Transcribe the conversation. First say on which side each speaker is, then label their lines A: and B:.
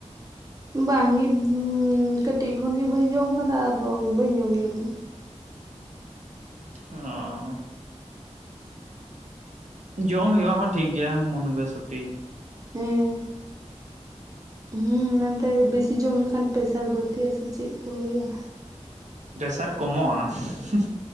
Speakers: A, on the right; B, on the right.
A: ᱵᱟᱝ ᱜᱮ <unintelligible> ᱠᱟᱹᱴᱤᱡ ᱠᱷᱚᱱᱜᱮ ᱵᱟᱹᱧ ᱡᱚᱢ ᱠᱟᱫᱟ ᱟᱫᱚ ᱵᱟᱹᱧ ᱡᱚᱢ ᱜᱮᱫᱚ ᱾
B: ᱚᱻ - ᱡᱚᱢ ᱦᱮᱣᱟ ᱦᱚᱸ ᱴᱷᱤᱠ ᱜᱮᱭᱟ ᱢᱩᱱᱜᱟᱹ ᱥᱩᱴᱤ ᱾
A: ᱦᱮᱸ, ᱦᱩᱸ ᱚᱱᱟ ᱵᱮᱥᱤ ᱡᱚᱢ ᱞᱮᱠᱷᱟᱱ ᱯᱮᱥᱟᱨ ᱵᱟᱹᱲᱛᱤᱜᱼᱟ ᱥᱮ ᱪᱮᱫ ᱠᱚ ᱞᱟᱹᱭᱟᱻ
B: ᱯᱨᱮᱥᱟᱨ ᱠᱚᱢᱚᱜᱼᱟ ᱾